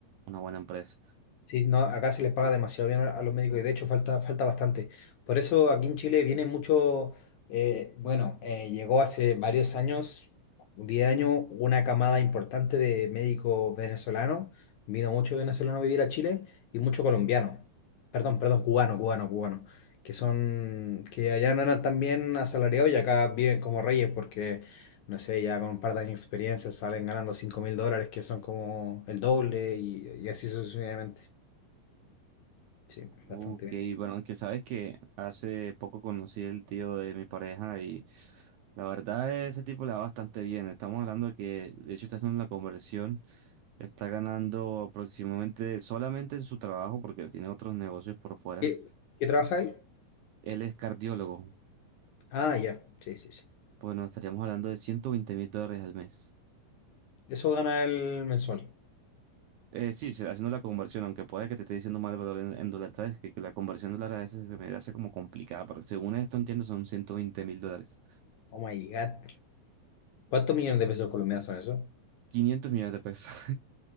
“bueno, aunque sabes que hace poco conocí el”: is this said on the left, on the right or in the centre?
Right